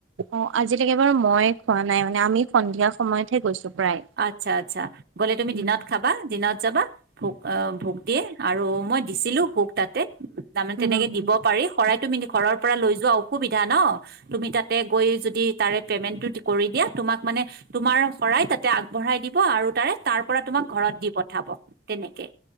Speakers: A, on the right; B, on the right.
A: অ আজিলৈকে বাৰু মই খোৱা নাই মানে আমি সন্ধিয়া সময়তহে গৈছো। প্ৰায়।
B: আচ্ছা আচ্ছা গ'লে তুমি
A: উম,
B: দিনত খাবা দিনত যাবা ভোক অ ভোক দিয়ে। আৰু মই দিছিলোঁ ভোক তাতে তাৰমানে
A: উম,
B: তেনেকে দিব পাৰি শৰাইত। তুমি ঘৰৰ পৰা লৈ যোৱা অসুবিধা ন তুমি তাতে গৈ যদি তাৰে পেইমেণ্ট টো কৰি দিয়া। তোমাক মানে তোমাৰ শৰাইত, - আগবঢ়াই দিব আৰু তাৰে তাৰ পৰা তোমাক ঘৰত দি পঠাব তেনেকে